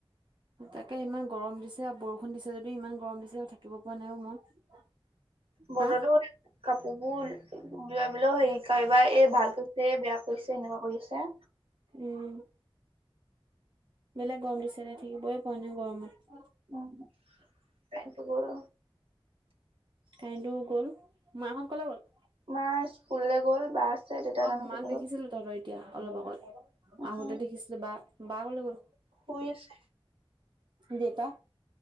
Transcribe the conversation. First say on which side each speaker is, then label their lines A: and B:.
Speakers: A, on the right; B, on the right.
A: তাকে ইমান গৰম দিছে বৰষুণ দিছে যদিও ইমান গৰম দিছে থাকিব পৰা নাই অ', মই।
B: বতৰতো
A: হা
B: কাপোৰ বোৰ <unintelligible> হেৰি কবা এই ভাল কৈছে এই বেয়া কৈছে এনেকুৱা কৰি আছে।
A: উম, বেলেগ গৰম দিছে থাকিবই পৰা নাই গৰমত।
B: উম, কাৰেণ্টটো গ'ল।
A: কাৰেণ্টটো গ'ল, মা হত কলৈ গ'ল?
B: মা স্কুললে গ'ল বা দেউতা
A: অ',
B: জানো
A: মাক
B: কেনি
A: দেখিছিলো
B: গ'ল।
A: তহঁতৰ এতিয়া অলপ আগত
B: উম,
A: আহোঁতে দেখিছিলো বা, বা ক'লে গ'ল?
B: শুই আছে।
A: দেউতা?